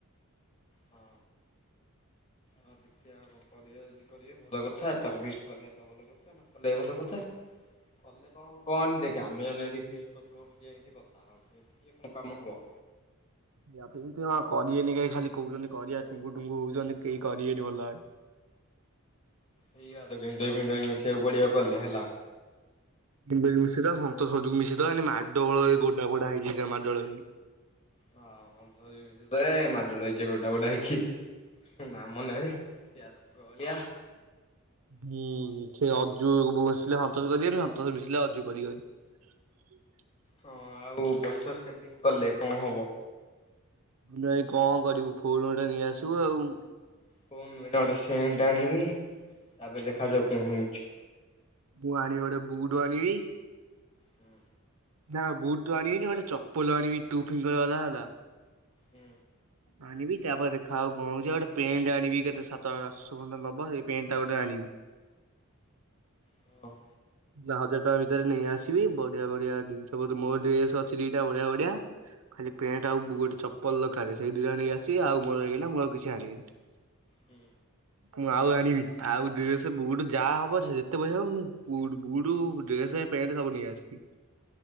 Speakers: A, on the left; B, on the right.
A: ହଁ। ହଁ ଦେଖିଆ କଣ କରିବେ। ଯଦି କରିବେ ଭଲ କଥା ତାହଲେ ଫିଷ୍ଟ କଲେ ତ ଭଲ କଥା ନ କଲେ ଭଲ କଥା। କଲେ କଣ ହବ କହନି ଦେଖେ ଆମେ ମାନେ ଏଠି ଫିଷ୍ଟ କରୁଥୁବ ହେଠି ଯାଇକି କଥା ହୋଉଥୁବେ ଇଏ କଣ କାମ ହବ।
B: ଲାଗୁଚି ଜମା କରିବେନି କାଇଁ ଖାଲି କୋହୁଚନ୍ତି କରିବା ଟୁଙ୍କୁ ଟୁଙ୍କୁୁ ହୋଉଚନ୍ତି କେହି କରିବେନି ଭଲ ଭାବେ।
A: ହେଇଆ ତ <unintelligible> ମିଶିବାକୁ ପଡିବ କଲେ ହେଲା।
B: <unintelligible> ମିଶେଇ ଦବା ସନ୍ତସ <unintelligible> କୁ ମିଶେଇ ଦବା ଏନେ ମାଡଗୋଳୋ ଏ ଗଡା ପଡା ହେଇଯିବେ କେ ମାଡୋଗୋଳ ହେଇକି।
A: ହଁ <unintelligible> ମିଶେଇଦେ ମାଡଗୋଳ ହେଇଯିବେ ଗଡା ପଡା ହେଇକି ନାମ ନେବେ। ଗୋଲିଆ
B: ହୁଁ ସେ ଅଜୁ ବସିଲେ ସନ୍ତୋଷ କରିବନି ସନ୍ତୋଷ ମିଶିଲେ ଅଜୁ କରିବନି। ହ
A: ହଁ ଆଉ ପଇସା ସେଭିଂ କଲେ କଣ ହବ।
B: ନାଇଁ କଣ କରିବୁ ଫୋନ ଗୋଟେ ନେଇ ଆସିବୁ ଆଉ।
A: ଫୋନ ନୁହେଁ ଏନା ଗୋଟେ ସେଣ୍ଟଟା ଆଣିବି ତାପରେ
B: ହୁଁ।
A: ଦେଖାଯାଉ କଣ ହୋଉଚି।
B: ମୁଁ ଆଣିବି ଗୋଟେ ବୁଟୁ ଆଣିବି।
A: ହୁଁ।
B: ନା ବୁଟ ତ ଆଣିବିନି ଗୋଟେ ଚପଲ ଆଣିବି ଟୁ ଫିଙ୍ଗର ବାଲା ହେଲା।
A: ହୁଁ।
B: ଆଣିବି ତାପରେ ଦେଖାଯାଉ କଣ ହୋଉଚି ଆଉ ଗୋଟେ ପେଣ୍ଟ ଆଣିବି କେତେ ସାତ ଆଠଶ ଖଣ୍ଡେ ନବ ସେ ପେଣ୍ଟା ଗୋଟେ ଆଣିବି।
A: ଓ।
B: ଯା ହଜାର ଟଙ୍କା ଭିତରେ ନେଇ ଆସି ବି ବଢିଆ ବଢିଆ ଦିନଷ ମୋର ଡ୍ରେସ ଅଛି ଦିଟା ବଢିଆ ବଢିଆ ଖାଲି ପେଣ୍ଟେ ଆଉ ବୁ ଗୋଟେ ଚ ପଲ ଦରକାରେ ସେଇ ଦୁଇ ଆଣିକି ଆସି ଆଉ ମୋର ହେଇଗଲା ମୁଁ ଆଉ କିଛି ଆଣିବିନି।
A: ହୁଁ।
B: ମୁଁ ଆଉ ଆଣିବିନି ଆଉ ଡ୍ରେସେ ବୁଟୁ ଯାହା ହବ ସେ ଯେତେ ପଇସା ହୋଉ ମୁଁ ବୁଟ ବୁଟୁ, ଡ୍ରେସ, ପେଣ୍ଟ, ସବୁ ନେଇ ଆସିବି।